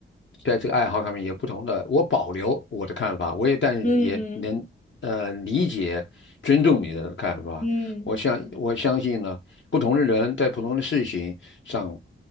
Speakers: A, on the left; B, on the left.
A: 在这个爱好上面也不同的，我保留我的看法，我也但也能呃理解尊重你的看法。
B: <laughs> 嗯嗯
A: 我相我相信呢，不同的人在不同的事情上，